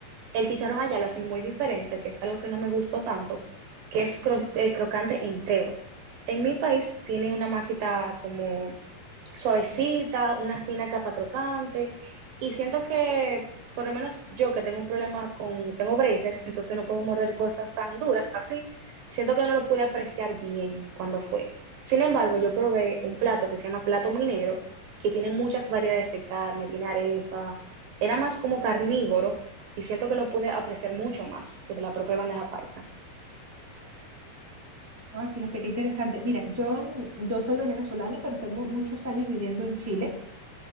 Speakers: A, on the right; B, in the centre.
A: el chicharrón allá lo hacen muy diferente, que es algo que no me gustó tanto, que es cro- eh, crocante entero. En mi país tiene una masita como suavecita, una fina capa crocante. Y siento que, por lo menos yo que tengo un problema con, tengo braces, entonces no puedo morder cosas tan duras así, siento que no lo pude apreciar bien cuando fue. Sin embargo, yo probé un plato que se llama plato minero, que tiene muchas variedades de carne, tiene arepa, era más como carnívoro y siento que lo pude apreciar mucho más que la propia bandeja paisa.
B: Ay, fíjate qué interesante. Mira, yo, yo soy venezolana, pero tengo muchos años viviendo en Chile